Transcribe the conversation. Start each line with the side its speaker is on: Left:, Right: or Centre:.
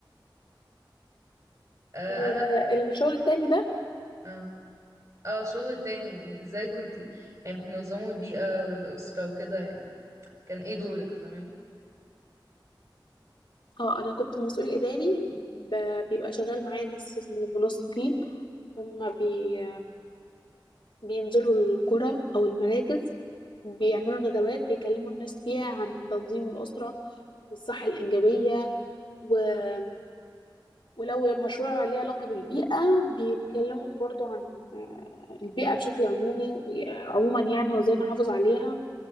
Right: آه
Left: آه،
Right: انا
Left: الشغل التاني ده
Right: اه اه الشغل التاني يعني ازاي كنتي يعني بتنظموا البيئة والأسرة وكده يعني كان ايه دورك فاهماني
Left: اه انا كنت مسؤول اداري ب- بيبقى شغال معايا ناس اسمهم منسقين هم بي بينزلوا القرى او المراكز بيعملوا ندوات بيكلموا الناس فيها عن تنظيم الاسره والصحه الانجابيه و- ولو مشروع ليه علاقة بالبيئة بيتكلموا برضو عن آه، البيئة بشكل عمومي آه، عموما يعني وازاي نحافظ عليها